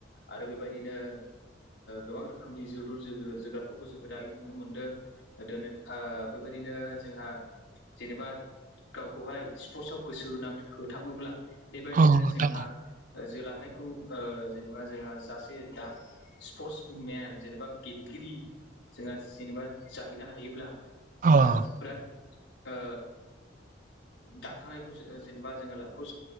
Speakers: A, on the left; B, on the right.
A: आरो बेबायदिनो गोबां रोखोमनि जोलुर जो जोग्राफोरखौ जोङो दायो नुनो मोनदों दो बेबायदिनो जोंहा जेनेबा गावखौहाय स्पर्टसआव गोसो होनां होथाबोब्ला बेबायदिनो
B: औ नोंथां
A: जोंहा जोलांनायखौ जेनेबा जोंहा जासे दा स्पर्ट्स मेन जेनेबा गेलेगिरि जोंहा जेनेबा जाहैनो हायोब्ला जोंहा
B: औ
A: बिराद ओ दाखांनायखौ जोङो जेनेबा जोङो लाइफखौ